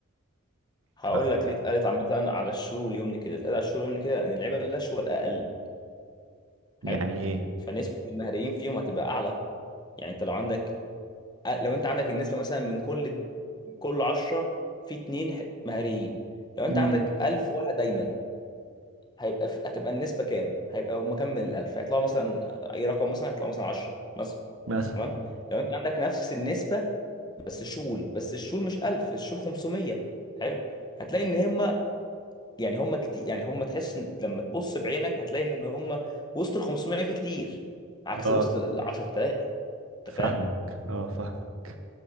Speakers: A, on the left (about 20°); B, on the right (about 70°).
A: هقول
B: ف
A: لك ليه اتقالت عامه على الشور واليمن كده اتقال على الشور واليمن كده ان اللعيبه الناشئه الاقل حلو
B: يعني ايه
A: فنسبة المهريين فيهم هتبقى أعلى يعني أنت لو عندك لو أنت عندك النسبة مثلا من كل كل 10 في اتنين ح- مهريين لو أنت
B: امم
A: عندك 1000 واحد دايما هيبقى في... هتبقى النسبة كام؟ هيبقى هم كام من ال 1000 هيطلعوا مثلا أي رقم مثلا هيطلعوا مثلا 10 مثلا
B: مثلا
A: تمام لو أنت عندك نفس النسبة بس شول بس الشول مش 1000 الشول 500 حلو هتلاقي ان هم يعني هم كتير يعني هم تحس إن لما تبص بعينك هتلاقي ان هم وسط ال 500 في كتير عكس
B: اه
A: وسط ال 10000 انت
B: فاهمك
A: فاهم
B: اه فاهمك